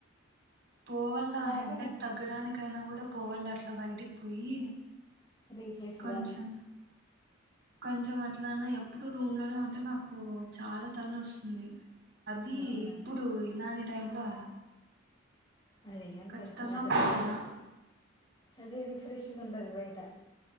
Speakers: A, on the right; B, on the left.
A: పోవల్ల
B: షాపింగ్
A: హెడ్డేక్ తగ్గడానికైనా ఇట్లా పోవాలి అట్లా బయటికి పోయి
B: రీఫ్రెష్
A: కొంచం
B: కాలే
A: కొంచం అ ఎట్లనా ఎప్పుడు రూమ్ లోనే ఉంటే నాకు చాలా తల నోస్తుంది అది
B: అవునా
A: ఇప్పుడు ఇలానే టైంలో
B: అదియాను
A: ఖచ్చితంగా
B: కలిసి అట్లా
A: పోవాల
B: బయటికి పోతే అదే రిఫ్రెష్గ్ ఉంటది బయ్ డ